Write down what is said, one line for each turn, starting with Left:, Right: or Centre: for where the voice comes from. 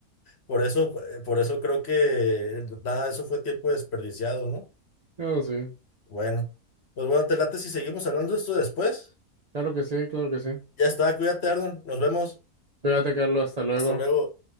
Left: Por eso, eh, por eso creo que nada de eso fue tiempo desperdiciado, ¿no?
Right: eso sí,
Left: Bueno, pues bueno, te late si seguimos hablando de esto después.
Right: claro que sí, claro que sí.
Left: Ya está, cuídate, Arnold. Nos vemos.
Right: Cuídate, Carlos, hasta luego.
Left: Hasta luego.